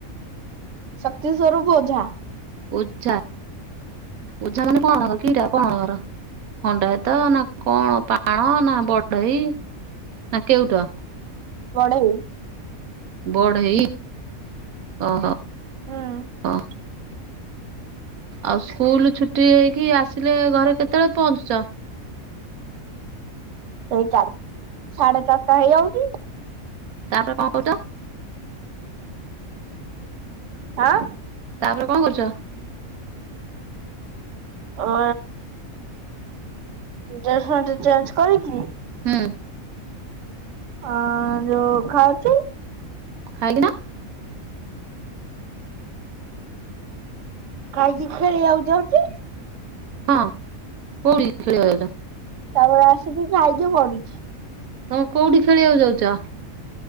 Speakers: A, on the right; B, on the right.
A: ଶକ୍ତି ସ୍ୱରୂପ ଓଝା।
B: ଓଝା ଓଝା ମାନେ କଣ କିଟା କଣ ତାଙ୍କର? ଖଣ୍ଡାୟତ ନା କଣ ପାଣ ନା ବଢେଇ ନା କେଉଟ?
A: ବଢ଼େଇ
B: ବଢ଼େଇ ଓହୋ
A: ହୁଁ
B: ଓ ଆଉ ସ୍କୁଲ ଛୁଟି ହେଇକି ଆସିଲେ ଘରେ କେତେବେଳେ ପହଞ୍ଚୁଛ?
A: ସେଇ ଚା ସାଢେ ଚାରିଟା ହେଇଯାଉଛି।
B: ତାପରେ କଣ କରୁଚ?
A: ଆଁ
B: ତାପରେ କଣ କରୁଛ?
A: ଆ ଡ୍ରେସ ଚେଞ୍ଜ କରିକି
B: ହୁଁ।
A: ଅ ଯୋଉ ଖାଉଛି
B: ଖାଇ କିିନା?
A: ଖାଇକି ଖେଳିିବାକୁ ଯାଉଛି।
B: ହଁ କଉଠିକି ଖେଳିବାକୁ ଯାଉଛ?
A: ତାପରେ ଆସିକି ଖାଇକି ପଡୁଛି।
B: ତମେ କୋଉଠି ଖେଳିବାକୁ ଯାଉଛ?